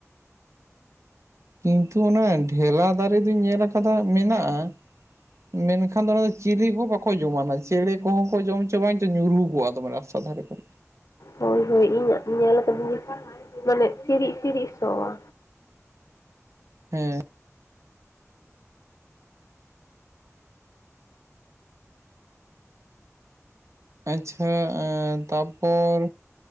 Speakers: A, on the right; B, on the left.
A: ᱠᱤᱱᱛᱩ ᱚᱱᱟ ᱰᱷᱮᱞᱟ ᱫᱟᱨᱮ ᱫᱚᱧ ᱧᱮᱞ ᱟᱠ ᱠᱟᱫᱟ ᱢᱤᱱᱟᱜᱼᱟ, ᱢᱮᱱᱠᱷᱟᱱ ᱫᱚ ᱚᱱᱟ ᱪᱤᱞᱤ ᱦᱚᱸ ᱵᱟᱠᱚ ᱚᱠᱚᱭ ᱡᱚᱢᱟ ᱚᱱᱟ ᱪᱮᱬᱮ ᱠᱚᱦᱚᱸ ᱠᱚ ᱡᱚᱢ ᱦᱚ ᱪᱚ ᱵᱟᱝ ᱪᱚ ᱧᱩᱨᱩ ᱠᱚᱜᱼᱟ ᱫᱚᱢᱮ ᱨᱟᱥᱛᱟ ᱫᱷᱟᱨᱮ ᱠᱚᱨᱮ᱾
B: ᱦᱳᱭ ᱦᱳᱭ ᱤᱧᱟᱹᱜ ᱧᱮᱞ ᱟᱠᱟᱫᱤᱧ ᱢᱟᱱᱮ ᱥᱤᱬᱤᱡ ᱥᱤᱬᱤᱡ ᱥᱚᱸᱣᱟ᱾
A: ᱦᱮᱸ᱾ ᱟᱪᱪᱷᱟ ᱮᱸ ᱛᱟᱯᱚᱨ